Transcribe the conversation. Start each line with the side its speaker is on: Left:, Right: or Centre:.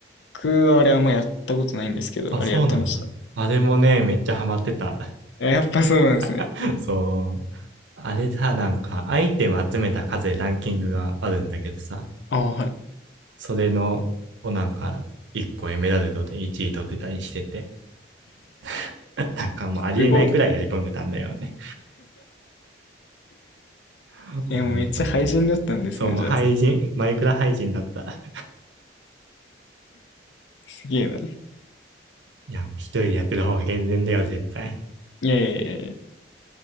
Left: 僕はあれあんまやったことないんですけど、
Right: あ、
Left: あれやってました。
Right: そうなんだ。あれもね、めっちゃハマってた。
Left: えやっぱそうなんですね。
Right: <laughs> そう。あれさ、なんか、アイテム集めた数でランキングがあるんだけどさ、
Left: あ、はい。
Right: それの、をなんか、1個エメラルドで1位取ってたりしてて、<laughs> なんかもうありえないくらいやり込んでたんだよね。
Left: すごい。
Right: <laughs> ほんと。
Left: え、もうめっちゃ廃人だったんですね、
Right: そう、もう廃人、
Left: じゃあ。
Right: マイクラ廃人だった。
Left: すげえな。
Right: いや、もう一人でやってる方が健全だよ、絶対。
Left: いやいやいやいや。